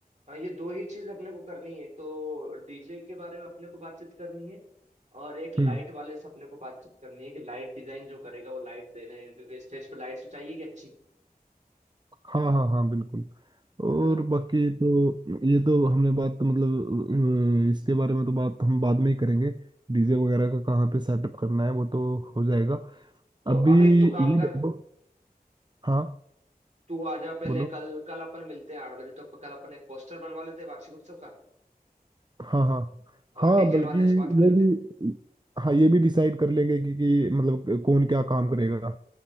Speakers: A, on the right (about 50°); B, on the right (about 30°).
A: हाँ ये दो ही चीज अपने को करनी है तो डीजे के बारे में अपने को बातचीत करनी है और एक लाइट
B: हम्म
A: वाले से अपने को बातचीत करनी है कि लाइट डिजाइन जो करेगा वो लाइट देने हैं क्योंकि स्टेज पे लाइट तो चाहिए कि अच्छी
B: हाँ हाँ हाँ बिल्कुल
A: है
B: और
A: ना भाई
B: बाकी तो ये तो हमने बात मतलब अ, इसके बारे में तो बात हम बाद में ही करेंगे डीजे वगैरह का कहाँ पे सेटअप करना है वो तो हो जाएगा अभी
A: तो अब एक तो काम
B: ये बताओ-
A: कर
B: हाँ
A: तू आ जा पहले
B: बोलो
A: कल कल अपन मिलते हैं आठ बजे तक कल अपन एक पोस्टर बनवा लेते हैं वार्षिक उत्सव का
B: हाँ हाँ
A: और
B: हाँ
A: डीजे
B: बल्कि
A: वाले से बात कर लेते
B: ये भी
A: हैं
B: हाँ ये भी डिसाइड कर लेंगे कि, कि मतलब कौन क्या काम करेगा